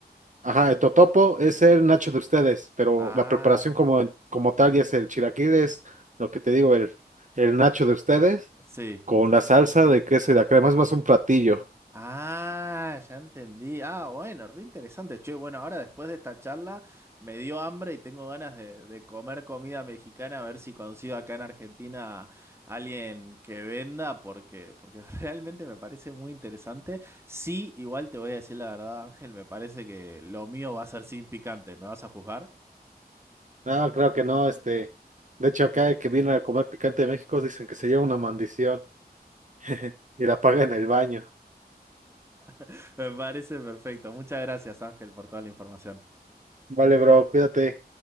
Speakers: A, on the right; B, on the right.
A: Ajá, el totopo es el nacho de ustedes, pero
B: Ah,
A: la preparación como, como tal ya es el chilaquil, es lo que te digo, el, el nacho de ustedes
B: sí.
A: con la salsa de queso y la crema, es más un platillo.
B: Ah, ya entendí. Ah, bueno, re interesante. Che, bueno, ahora después de esta charla me dio hambre y tengo ganas de, de comer comida mexicana, a ver si consigo acá en Argentina alguien que venda, porque, porque <laughs> realmente me parece muy interesante. Sí, igual te voy a decir la verdad, Ángel, me parece que lo mío va a ser sin picante. ¿Me vas a juzgar?
A: No, creo que no, este. De hecho, acá el que viene a comer picante de México dicen que se lleva una maldición <laughs> y la paga en el baño.
B: <laughs> Me parece perfecto. Muchas gracias, Ángel, por toda la información.
A: Vale, bro, cuídate.